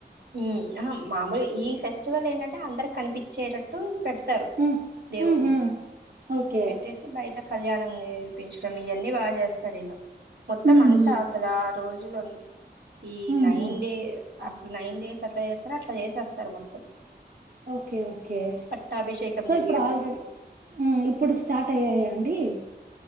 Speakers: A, on the right; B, on the right.
A: ఊ అహ మామూలు ఈ ఫెస్టివల్ ఏంటంటే అందరికి కనిపిచ్చేటట్టు పెడతారు
B: ఉమ్
A: దేవుణ్ణి
B: ఉహు ఓకే
A: పెట్టేసి బయట ఇక కళ్యాణం చేపించడం ఇయన్నీ బాగా చేస్తారు ఇగా మొత్తం
B: ఉహు
A: అంతా అసల రోజులు అన్ని ఈ
B: ఉహు
A: నైన్ డే అసలు నైన్ డేస్ అట్లా చేస్తరొ అట్లా చేసేస్తారు మొత్తం
B: ఓకే ఓకే
A: పట్టాభిషేకం
B: సో
A: జరిగే
B: ఇప్పుడు ఆల్రెడీ
A: వరకు
B: ఉమ్ ఇప్పుడు స్టార్ట్ అయ్యాయా అండి